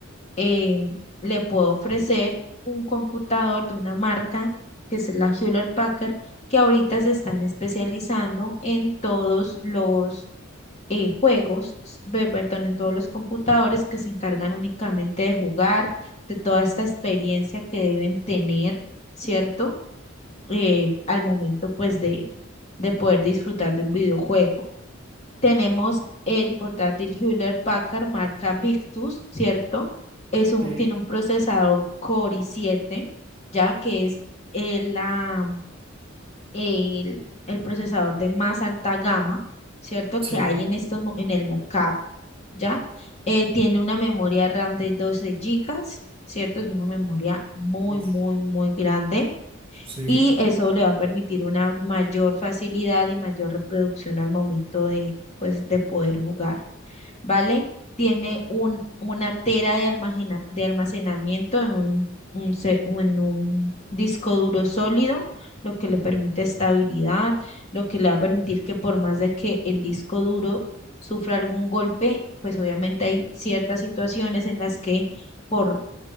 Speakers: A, on the left; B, on the right.
A: eh, le puedo ofrecer un computador de una marca que es la Hewlett Packard, que ahorita se están especializando en todos los eh, juegos, ve, perdón, en todos los computadores que se encargan únicamente de jugar, de toda esta experiencia que deben tener, ¿cierto? Eh, al momento, pues, de, de poder disfrutar de un videojuego. Tenemos el portátil Hewlett Packard marca Victus, ¿cierto? Es un,
B: Sí,
A: tiene un procesador Core i siete, ya que es el, la- el, el procesador de más alta gama, ¿cierto?
B: sí,
A: Que hay en estos, mo- en el mercado, ¿ya? Eh, tiene una memoria RAM de 12 gigas, ¿cierto? Es una memoria muy,
B: uf,
A: muy, muy grande
B: sí,
A: y eso le va a permitir una mayor facilidad y mayor reproducción al momento de, pues, de poder jugar, ¿vale? Tiene un, una tera de, almagena- de almacenamiento en un, un se- o en un disco duro sólido, lo que le permite estabilidad, lo que le va a permitir que por más de que el disco duro sufra algún golpe, pues obviamente hay ciertas situaciones en las que... por